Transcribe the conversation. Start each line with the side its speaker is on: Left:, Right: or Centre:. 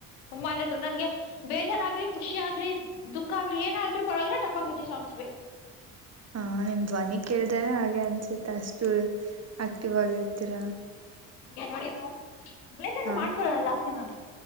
Left: ತುಂಬಾ ಅಂದ ನನ್ಗೆ ಬೇಜಾರಾಗ್ಲಿ ಖುಷಿ ಆಗ್ಲಿ ದುಃಖ ಆಗ್ಲಿ ಏನಾದ್ರು ಪರವಾಗಿಲ್ಲ ಟಪಾಂಗುಚಿ ಸಾಂಗ್ಸ್ ಬೇಕು.
Right: ಹಾ ನಿಮ್ ಧ್ವನಿ ಕೇಳ್ರೇನೆ ಹಾಗೆ ಅನ್ಸುತ್ತೆ ಅಷ್ಟು ಆಕ್ಟಿವ್ ಆಗಿರ್ತೀರ
Left: ನಿಗೆ ಮಾಡಿ ನಾವ ಬೇಸ
Right: ಹ
Left: ಮಾಡ್ಕೊಳೋ ಜಾಸ್ತಿ ನಾನು